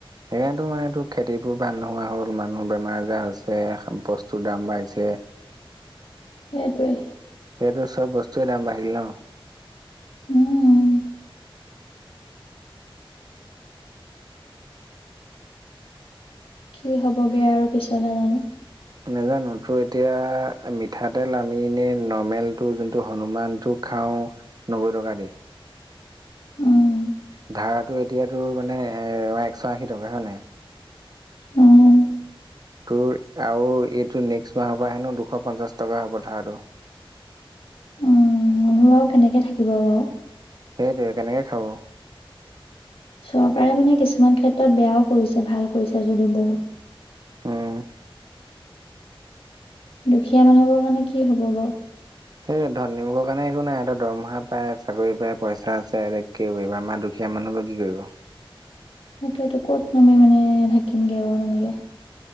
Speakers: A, on the right; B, on the left.
A: সেইকাৰণেটো মানেটো খেতিবোৰ ভাল নোহোৱা হ'ল, মানুহৰ বেমাৰ-আজাৰ হৈছে, বস্তুৰ দাম বাঢ়িছে।
B: সেইটোৱে।
A: সেইটোৱে চব বস্তুৱে দাম বাঢ়িল ন?
B: উম। কি হ'ব গে আৰু পিছলে জানো।
A: নাজানো। তোৰ এতিয়া মিঠাতেল আমি এনেই নৰ্মেলটো যোনটো হনুমানটো খাওঁ নব্বৈ টকা দি।
B: উম।
A: ধাৰাটো এতিয়া তোৰ মানে এশ আশী টকা হয় নাই?
B: উম
A: তোৰ আৰু এইটো নেক্সট মাহৰ পৰা হেনো দুশ পঞ্চাছ টকা হ'ব ধাৰাটো।
B: উম মানুহ বাৰু কেনেকে থাকিব বাৰু?
A: সেইটোৱে কেনেকে খাব।
B: চৰকাৰে মানে কিছুমান ক্ষেত্ৰত বেয়াও কৰিছে, ভাল কৰিছে যদিও বহুত।
A: উম
B: দুখীয়া মানুহবোৰৰ কাৰণে কি হ'ব বাৰু।
A: এই ধনীবোৰৰ কাৰণে একো নাই এহঁতৰ দৰমহা পাই, চাকৰি পাই পইচা আছে, কি কৰিব? আমাৰ দু দুখীয়া মানুহবোৰে কি কৰিব।
B: তাকেতো ক'ত আমি মানে থাকিম গে বাৰু তেনেকে।